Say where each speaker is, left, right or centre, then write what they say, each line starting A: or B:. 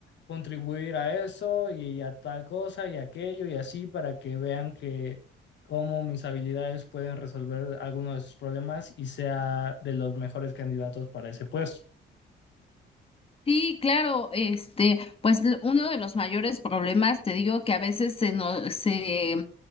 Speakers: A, on the left; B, on the left.
A: contribuir a eso y a tal cosa y aquello y así para que vean que cómo mis habilidades pueden resolver algunos de sus problemas y sea de los mejores candidatos para ese puesto.
B: Sí, claro, este, pues l- uno de los mayores problemas, te digo que a veces se nos se